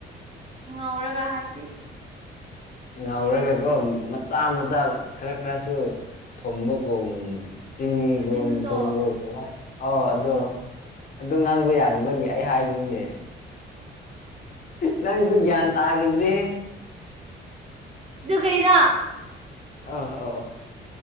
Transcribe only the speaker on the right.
ꯉꯧꯔꯒ ꯍꯥꯏꯕꯗꯤ
ꯑꯖꯤꯟꯃꯇꯣ
ꯑꯗꯨ ꯀꯩꯅꯣ